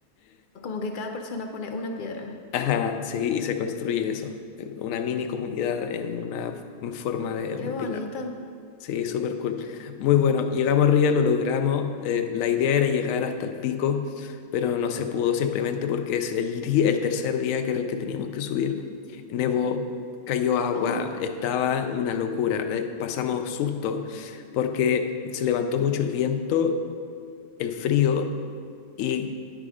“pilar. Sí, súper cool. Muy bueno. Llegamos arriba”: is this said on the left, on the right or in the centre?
Left